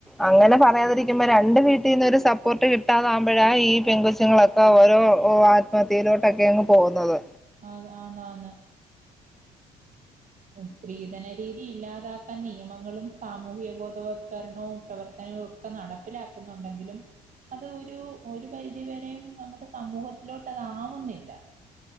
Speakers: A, in the centre; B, on the right.
A: അങ്ങനെ പറയാതിരിക്കുമ്പോ രണ്ട് വീട്ടിന്നും ഒരു സപ്പോർട്ട് കിട്ടാതമ്പയ ഈ പെങ്കോച്ചുങ്ങളൊ ക്കെ ഓരോ ആത്മഹത്യയിലോട്ടൊക്കെയങ്ങ് പോന്നത്
B: അത് അന്നന്ന് സ്ത്രീധനരീതി ഇല്ലാതാക്കാൻ നിയമങ്ങളും സാമൂഹിക ബോധവത്കരണവും പ്രവർത്തനവും ഒക്കെ നടപ്പിലാക്കുന്നുണ്ടെങ്കിലും അത് ഒരു ഒരു പരിധി വരെയും നമ്മുടെ സമൂഹത്തിലോട്ട് അതാവുന്നില്ല